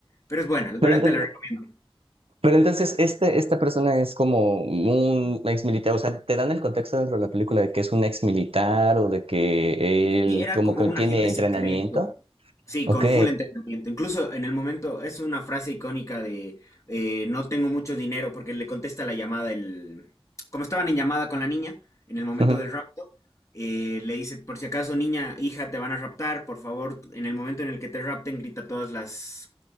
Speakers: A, on the left (about 30°); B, on the right (about 70°).
A: Pero es buena, la
B: Pero
A: verdad
B: entonces,
A: te la recomiendo.
B: Pero entonces, este, esta persona es como un ex militar, o sea, te dan el contexto dentro de la película de que es un ex militar o de que él
A: Sí, era
B: como
A: como
B: que
A: un
B: tiene
A: agente
B: entrenamiento.
A: secreto. Sí,
B: Ok.
A: con full entrenamiento. Incluso en el momento es una frase icónica de eh, no tengo mucho dinero porque le contesta la llamada el... Como estaban en llamada con la niña en el momento
B: ujú,
A: del rapto, eh, le dice, por si acaso niña, hija, te van a raptar, por favor, en el momento en el que te rapten, grita todas las,